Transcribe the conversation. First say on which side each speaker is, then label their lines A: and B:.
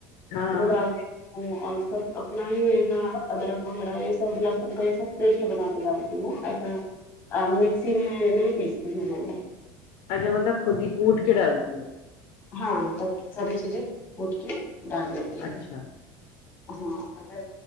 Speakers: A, on the left; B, on the left.
A: ہاں ہاں
B: وہ ڈال دی ا اور سب اپنا ہی ایسا ادرک وغیرہ یہ سب لہسن کا یہ سب ٹیسٹ بنا کے ڈالتی ہوں ا مکسی میں نہیں پیستی ہو
A: اچھا مطلب خود کی کوٹ کے ڈالتیی
B: ہاں تب ساری چیزیں کوٹ کے ڈال دیتی ہیں
A: اچھا
B: ہاں اگر